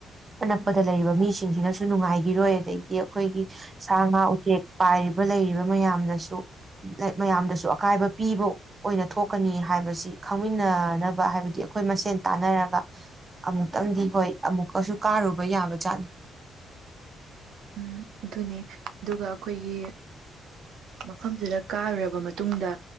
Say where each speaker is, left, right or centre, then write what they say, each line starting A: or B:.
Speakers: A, on the right; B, on the right.
A: ꯑꯅꯛꯄꯗ ꯂꯩꯔꯤꯕ ꯃꯤꯁꯤꯡꯁꯤꯅꯁꯨ ꯅꯨꯡꯉꯥꯏꯈꯤꯔꯣꯏ ꯑꯗꯒꯤꯗꯤ ꯑꯩꯈꯣꯏꯒꯤ ꯁ ꯎꯆꯦꯛ ꯄꯥꯏ ꯂꯩꯔꯤꯕ ꯃꯌꯥꯝꯅꯁꯨ ꯃꯌꯥꯝꯗꯁꯨ ꯑꯀꯥꯏꯕ ꯄꯤꯕ ꯑꯣꯏꯅ ꯊꯣꯛꯀꯅꯤ ꯍꯥꯏꯕꯁꯤ ꯈꯪꯃꯤꯟꯅꯅꯕ ꯍꯥꯏꯕꯗꯤ ꯑꯩꯈꯣꯏ ꯃꯁꯦꯟ ꯇꯥꯟꯅꯔꯒ ꯑꯃꯨꯛꯇꯪꯗꯤ ꯍꯣꯏ ꯑꯃꯨꯛꯀꯁꯨ ꯀꯥꯔꯨꯕ ꯌꯥꯕ ꯆꯥꯟ
B: ꯎꯝ ꯑꯗꯨꯅꯦ ꯑꯗꯨꯒ ꯑꯩꯈꯣꯏꯒꯤ ꯃꯐꯝꯗꯨꯗ ꯀꯥꯔꯨꯔꯕ ꯃꯇꯨꯡꯗ